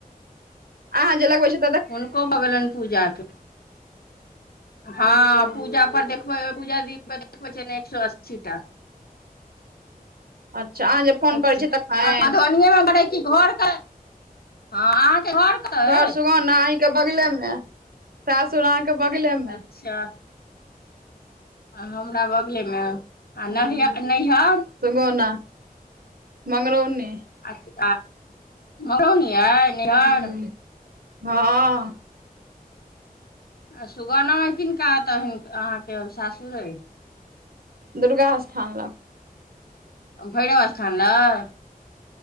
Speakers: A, on the right; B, on the left.
A: आहाँ जे लगबइ छे।
B: हुनको भगलेइन पूजा के। हँ
A: अच्छा
B: पूजा पर देखबै पूजा दीदी पर देखबै छै ने एक सए अस्सी टा।
A: अच्छा अहाँ जे फोन
B: अच्छा
A: करै छियै तखन
B: आत धोअनिये मे बढ़ैत। इ घर करय हाँ आहाँ के घर। कतऽ
A: घर
B: अइ
A: सुगौना अईं के बगले मे सासुर आहाँ के बगले में।
B: अच्छा। आ हमरा बगले मे।
A: ह्म
B: नैहर नैहर
A: सुगौना मंगरौनी।
B: अच्छा मंगरौनी अयइ नैहर
A: हूँ हँ।
B: आ सुगैना में किनका ओत अहन अहाँके सासुर अइ।
A: दुर्गा स्थान लग।
B: भैरव स्थान लग।